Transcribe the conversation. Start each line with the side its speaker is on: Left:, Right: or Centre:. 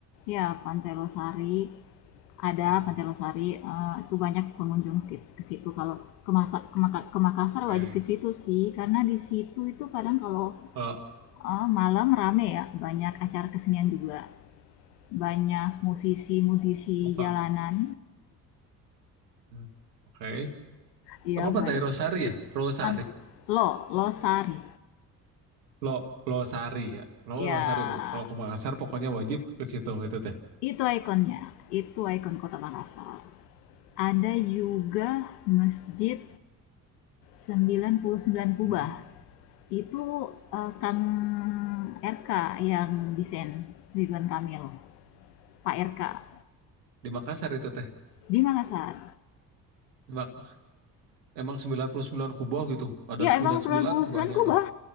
Left: ya Pantai Losari. Ada
Right: pantai.
Left: Pantai Losari, eee, itu banyak pengunjung ke ke situ. Kalau ke Masa ke Maka ke Makassar
Right: Oke.
Left: wajib ke situ sih, karena di situ itu kadang kalau,
Right: Kalau
Left: eee, malam rame ya, banyak acara kesenian juga. Banyak musisi-musisi
Right: oke.
Left: jalanan,
Right: Hmm. Oke.
Left: ya
Right: Apa
Left: ban
Right: pantai Rosari ya? Rosari.
Left: pan Lo Losari.
Right: Lo Losari ya. Lo
Left: ya
Right: Losari, Bu. Kalau ke Makassar pokoknya wajib ke situ itu teh.
Left: itu ikonnya, itu ikon Kota Makassar. Ada juga Masjid sembilan puluh sembilan Kubah.
Right: Hmm.
Left: Itu, eee, Kang RK yang desain, Ridwan Kamil, Pak RK,
Right: Di Makassar itu teh.
Left: di Makassar.
Right: Di Mak- Emang 99 kubah gitu. Ada
Left: Iya
Right: sembilan
Left: emang
Right: puluh
Left: sembilan
Right: sembilan
Left: puluh
Right: kubahnya
Left: sembilan kubah,
Right: tuh.